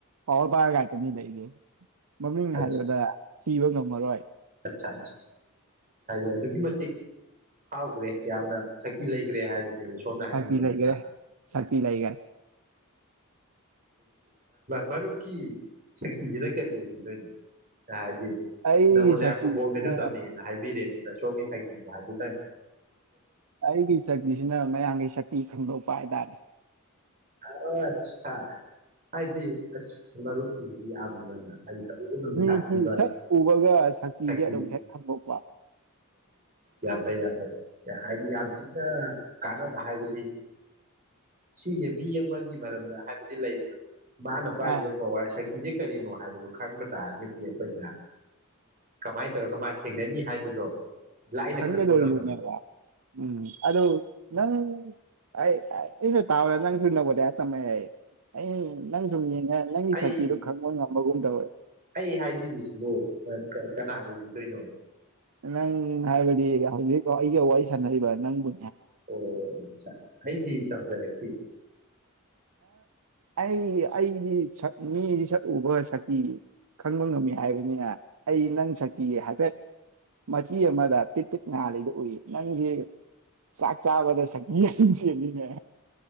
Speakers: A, on the right; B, on the right.
A: ꯄꯋꯥꯔ ꯄꯥꯢꯕ ꯉꯥꯛꯇꯅꯤ ꯂꯩꯖꯦ ꯃꯃꯤꯡ
B: ꯑꯠꯆꯥ
A: ꯍꯥꯏꯕꯗ ꯊꯤꯕ ꯉꯝꯃꯔꯣꯏ
B: ꯥꯏ ꯍꯥꯏꯗꯤ ꯑꯗꯨꯛꯀꯤ ꯃꯇꯤꯛ ꯐꯤꯎꯒ꯭ꯔꯦ ꯌꯥꯝꯅ ꯁꯛꯇꯤ ꯂꯩꯒ꯭ꯔꯦ ꯍꯥꯏꯕꯅꯦꯕ ꯁꯣꯝꯅ ꯍꯥꯏꯅꯤꯡꯉꯤꯕ
A: ꯁꯛꯇꯤ ꯂꯩꯒ꯭ꯔꯦ
B: ꯅꯠꯇ꯭ꯔꯥ
A: ꯁꯛꯇꯤ ꯂꯩꯒ꯭ꯔꯦ
B: ꯃꯔꯨꯞꯀꯤ ꯁꯛꯇꯤꯁꯤꯅ ꯀꯔꯤ ꯑꯣꯏꯕꯤꯗꯣꯏꯅꯣ ꯍꯥꯏꯗꯤ
A: ꯑꯩꯒꯤ
B: ꯅꯕꯣꯗꯤꯌꯥ
A: ꯁꯛꯇꯤꯁꯤꯅ
B: ꯈꯨꯝꯕꯣꯡꯒꯤꯗꯁꯨ ꯇꯝꯃꯤꯅ ꯍꯥꯏꯕꯤꯔꯦ ꯁꯣꯡꯒꯤ ꯁꯛꯇꯤꯗꯣ ꯍꯥꯏꯕ ꯇꯪ
A: ꯑꯩꯒꯤ ꯁꯛꯇꯤꯁꯤꯅ ꯃꯌꯥꯝꯒꯤ ꯁꯛ ꯇꯤ ꯈꯟꯗꯣꯛꯄ ꯍꯥꯏꯇꯥꯔꯦ
B: ꯑꯣ ꯑꯆꯥ ꯍꯥꯏꯗꯤ ꯑꯁ ꯃꯔꯨꯞꯀꯤ ꯌꯥꯝꯅ ꯇꯧꯕ ꯉꯝꯕ
A: ꯃꯤꯁꯤ
B: ꯁꯥꯊꯤꯕ
A: ꯍꯦꯛ ꯎꯕꯒ ꯁꯛꯇꯤꯁꯦ
B: ꯁꯛꯇꯤ
A: ꯑꯗꯨꯝ ꯍꯦꯛ ꯈꯟꯗꯣꯛꯄ
B: ꯌꯥꯝ ꯐꯩ ꯌꯥꯝ ꯐꯩ ꯍꯥꯏꯗꯤ ꯌꯥꯝ ꯊꯤꯅ ꯀꯥꯟꯅꯕ ꯍꯥꯏꯕꯗꯤ ꯁꯤꯁꯦ ꯃꯤ ꯑꯃꯒꯤ ꯃꯔꯝꯗ ꯍꯥꯏꯕꯗꯤ ꯂꯩꯗꯅ ꯃꯥꯅ ꯄꯥꯢꯔꯤꯕ
A: ꯑꯥ
B: ꯄꯋꯥꯔ ꯁꯛ ꯁꯤꯁꯦ ꯀꯔꯤꯅꯣ ꯍꯥꯏꯕꯗꯨ ꯈꯪꯕ ꯇꯥꯔꯒꯗꯤ ꯑꯩꯈꯣꯏꯅ ꯀꯃꯥꯏꯅ ꯇꯧꯔꯒ ꯃꯥ ꯊꯦꯡꯅꯅꯤ ꯍꯥꯏꯕꯗꯣ ꯂꯥꯏꯅ
A: ꯈꯪꯒꯗꯣꯔꯤꯕꯅꯦꯕ
B: ꯈꯪꯕ ꯉꯝꯃꯤꯗꯅ
A: ꯎꯝ ꯑꯗꯨ ꯅꯪ ꯑꯩꯅ ꯇꯥꯥꯕꯗ ꯅꯪꯁꯨꯨ ꯅꯕꯣꯗ꯭ꯌꯥ ꯇꯝꯃꯒꯑꯦ ꯍꯥꯏꯌꯦ ꯑꯩ ꯅꯪ ꯁꯨꯝ ꯌꯦꯡꯉ ꯅꯪꯒꯤ
B: ꯑꯩ
A: ꯁꯛꯇꯤꯗꯣ ꯈꯪꯕ ꯉꯝꯕꯒꯨꯝ ꯇꯧꯋꯦ
B: ꯑꯩ ꯍꯥꯏꯕꯤꯔꯤꯁꯤꯕꯨ ꯀꯅꯥ ꯑꯣꯏꯕꯤꯗꯣꯏꯅꯣ
A: ꯅꯪ ꯍꯥꯏꯕꯗꯤ ꯍꯧꯖꯤꯛ ꯑꯩꯒ ꯋꯥꯔꯤ ꯁꯥꯟꯅꯔꯤꯕ ꯅꯪꯕꯨ
B: ꯑꯣ ꯆꯥ ꯆꯥ ꯑꯩꯗꯤ ꯇꯝꯖꯔꯛ ꯎ
A: ꯑꯩ ꯑꯩꯗꯤ ꯃꯤꯗꯤ ꯁꯛꯎꯕ ꯁꯛꯇꯤ ꯈꯪꯕ ꯉꯝꯃꯤ ꯍꯥꯏꯕꯅꯤꯅ ꯑꯩ ꯅꯪ ꯁꯛꯇꯤ ꯍꯥꯏꯐꯦꯠ ꯃꯆꯤ ꯑꯃꯗ ꯄꯤꯛ ꯄꯤꯛ ꯉꯥꯜꯂꯤꯗꯨ ꯎꯏ ꯅꯪꯒꯤ ꯆꯥꯛ ꯆꯥꯕꯗ ꯁꯛꯇꯤ ꯌꯥꯝ ꯆꯦꯅꯤꯅꯦ